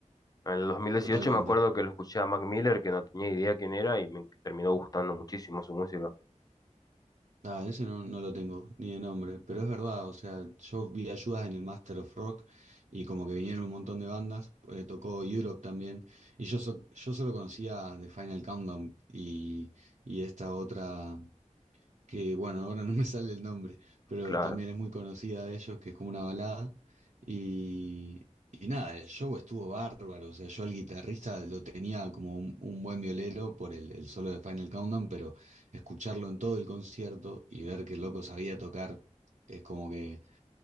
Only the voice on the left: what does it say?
En el dos mil
dieciocho me acuerdo que lo escuché a Mac Miller, que no tenía idea quién era, y me terminó gustando muchísimo su música.
Claro.